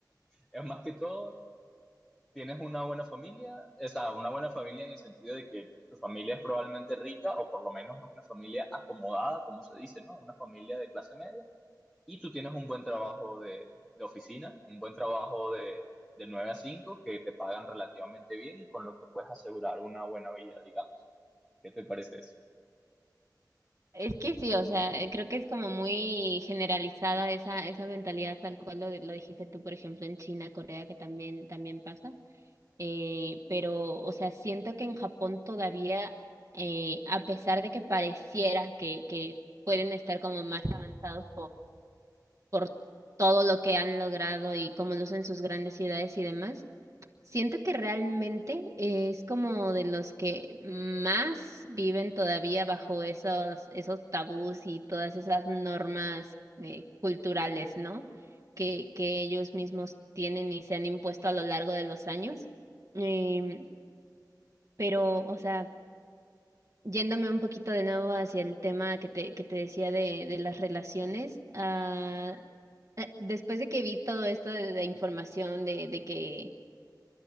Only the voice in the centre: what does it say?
es más que todo, tienes una buena familia, o sea, una buena familia en el sentido de que tu familia es probablemente rica o por lo menos es una familia acomodada, como se dice, ¿no? Una familia de clase media. Y tú tienes un buen trabajo de, de oficina, un buen trabajo de, de 9 a 5 que te pagan relativamente bien y con lo que puedes asegurar una buena vida, digamos. ¿Qué te parece eso?